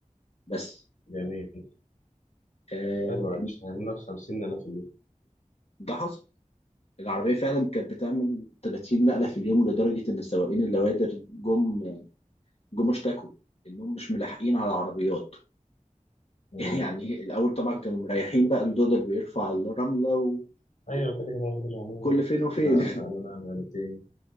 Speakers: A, on the left; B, on the left.
A: بس
B: جميل
A: آه،
B: حلو عادي هيعمل لك 50000 في اليوم
A: ده حصل العربية فعلا كانت بتعمل 30 نقلة في اليوم لدرجة إن السواقين اللوادر جم جم اشتكوا إنهم مش ملاحقين على العربيات
B: مم.
A: <laughs> يعني الأول طبعا كانوا مريحين بقى اللودر بيرفع الرملة
B: ايوه كده كده هاخد اليوميه
A: وكل
B: عادي.
A: فين وفين
B: لا لا لا لا لا لا، تاني.